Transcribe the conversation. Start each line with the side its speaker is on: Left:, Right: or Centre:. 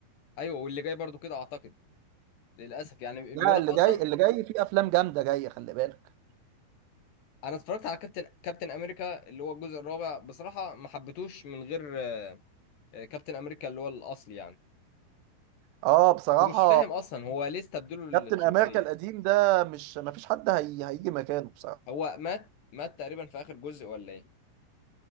Left: ايوه واللي جاي برضو كده اعتقد للاسف يعني
Right: لا
Left: بيقول لك
Right: اللي
Left: اصلا
Right: جاي اللي جاي فيه افلام جامده جايه خلي بالك
Left: انا اتفرجت على كابتن كابتن امريكا اللي هو الجزء الرابع بصراحه ما حبيتوش من غير آه، كابتن امريكا اللي هو الاصلي يعني
Right: اه بصراحه
Left: ومش فاهم اصلا هو ليه استبدلوا الشخصيه
Right: كابتن امريكا القديم ده مش ما فيش حد هي... هيجي مكانه بصراحه
Left: هو مات مات تقريبا في اخر جزء ولا ايه